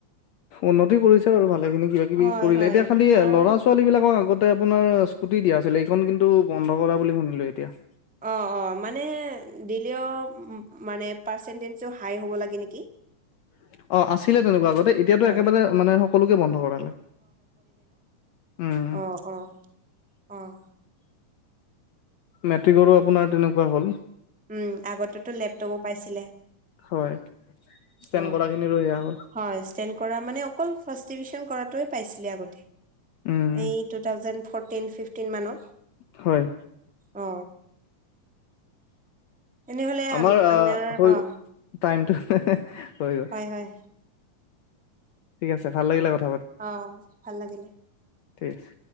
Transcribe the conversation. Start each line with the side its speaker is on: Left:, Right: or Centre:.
Left: উন্নতি কৰিছে বাৰু ভালে খিনি কিবা কিবি
Centre: হয়
Left: কৰিলে,
Centre: হয়
Left: এতিয়া খালি
Centre: আৰু
Left: ল'ৰা-ছোৱালীবিলাকৰ আগত তে আপোনাৰ স্কুটি দিয়া আছিলে সেইখন কিন্তু বন্ধ কৰা বুলি শুনিলো এতিয়া।
Centre: অ অ মানে দিলেও মানে পাৰ্চন্টজ হাই হ'ব লাগে নেকি?
Left: <inaudible> অ আছিলে তেনেকুৱা আগতে এতিয়াতো
Centre: হয়
Left: একেবাৰে মানে সকলোকে বন্ধ কৰালে। উম
Centre: অহ অহ অহ।
Left: মেট্ৰিকৰো আপোনাৰ তেনেকুৱা হ'ল।
Centre: উম আগতেতো লেপটপো পাইছিলে।
Left: হয় ষ্টেণ্ড
Centre: অ
Left: কৰা খিনিৰো সেয়া হ'ল
Centre: হয় ষ্টেড কৰা মানে কল ফাৰ্ষ্ট ট্ৰিবিউন কৰাটোৱে পাইছিলে আগতে।
Left: উম
Centre: এই টু থাউজেণ্ড ফট টিন ফিফটিন মানত।
Left: হয়।
Centre: অ। তেনেহলে
Left: আমাৰ
Centre: আম
Left: আহ হৈ
Centre: অ
Left: টাইমটো হৈ গ'ল
Centre: হয় হয়।
Left: ঠিক আছে ভাল লাগিলে কথ
Centre: অঁ ভাল লাগিলে।
Left: ঠিক আছে।